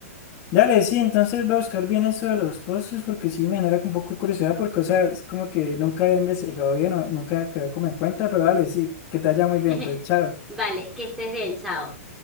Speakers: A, on the left (about 25°); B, in the centre.
A: Dale, sí, entonces voy a buscar bien eso de los postres porque sí me genera un poco de curiosidad porque, o sea, es como que nunca he investigado bien o nunca he quedado como en cuenta, pero dale, sí, que te haya muy
B: <laughs>
A: bien, pues chao.
B: Vale, que estés bien, chao.